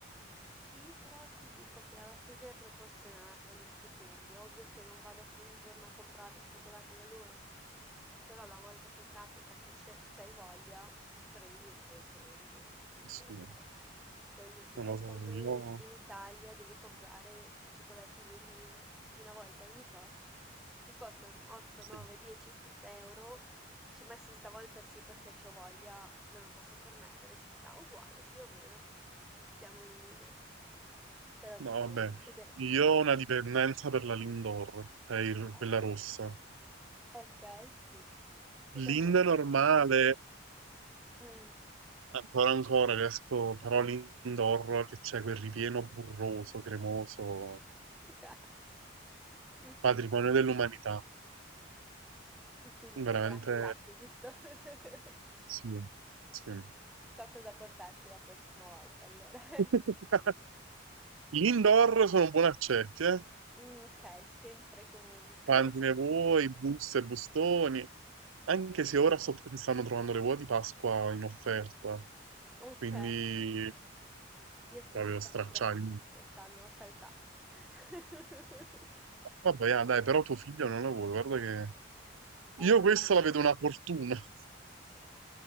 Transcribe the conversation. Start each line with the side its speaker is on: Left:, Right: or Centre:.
Centre: Sì, però ti dico che alla fine è proporzionato gli stipendi. È ovvio che non vado ogni giorno a comprare il cioccolato da loro, però la volta che capita che c'è- c'hai voglia, prendi, vai e prendi. Nel senso,
Right: Sì, non
Centre: quello sì.
Right: lo
Centre: È
Right: so,
Centre: come
Right: io...
Centre: in Italia devi comprare i cioccolatini Lind una volta ogni tot. Ti costano 8,
Right: sì.
Centre: 9, 10 fr- euro. Dici, ma sì, stavolta sì perché c'ho voglia, me lo posso permettere, ci sta uguale, più o meno siamo in linea. Però sì,
Right: No, vabbè,
Centre: alla fine...
Right: io ho una dipendenza per la Lindor, per il-
Centre: eh,
Right: quella rossa.
Centre: Ok, sì. Secondo
Right: Linda
Centre: me?
Right: normale,
Centre: Mm.
Right: ancora ancora riesco, però Lindor che c'è quel ripieno burroso, cremoso,
Centre: <laughs> Sì, sì.
Right: patrimonio dell'umanità.
Centre: Quindi cioccolato
Right: Veramente
Centre: e latte, giusto? <laughs>
Right: sì, sì.
Centre: So cosa portarti la prossima volta, allora. <laughs>
Right: <laughs> L'Indoor sono buoni accetti, eh?
Centre: Mm, Ok, sempre comunque.
Right: Quanti ne vuoi, buste, bustoni. Anche se ora sto- stanno trovando le uova di Pasqua in offerta,
Centre: <laughs> Ok.
Right: quindi
Centre: Io sono
Right: proprio
Centre: stata
Right: stracciare
Centre: bravissima quest'anno, ho saltato. <laughs>
Right: Vabbè, ah, dai, però tuo figlio non la vuole, guarda che...
Centre: Eh,
Right: Io
Centre: ma
Right: questa
Centre: tanto-
Right: la vedo una fortuna. <laughs>
Centre: Sì,